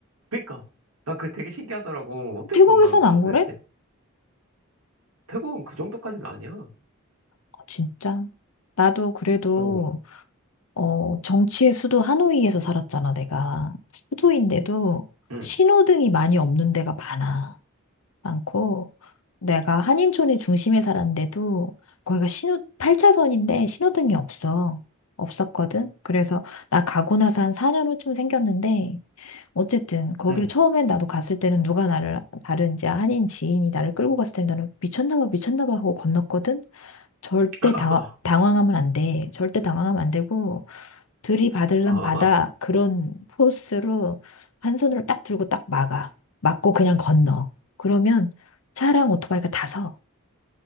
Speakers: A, on the right; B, on the left.
A: 그니까. 나 그게 되게 신기하더라고. 어떻게
B: 태국에선
A: 건너는 거야,
B: 안
A: 도대체?
B: 그래?
A: 태국은 그 정도까지는 아니야.
B: 아, 진짜 나도 그래도
A: 어,
B: 어 정치의 수도 하노이에서 살았잖아 내가 수도인데도
A: 응,
B: 신호등이 많이 없는 데가 많아 많고, 내가 한인촌의 중심에 살았는데도 거기가 신호, 8차선인데 신호등이 없어. 없었거든. 그래서 나 가고 나서 한 4년 후쯤 생겼는데, 어쨌든 거기를
A: 응.
B: 처음엔 나도 갔을 때는 누가 나를, 다른 이제 한인 지인이 나를 끌고 갔을 때는 나는 미쳤나 봐, 미쳤나 봐 하고 건넜거든. 절대
A: <laughs>
B: 당, 당황하면 안 돼. 절대 당황하면 안 되고, 들이받을란
A: 아,
B: 받아. 그런 포스로 한 손으로 딱 들고 딱 막아. 막고 그냥 건너. 그러면 차랑 오토바이가 다서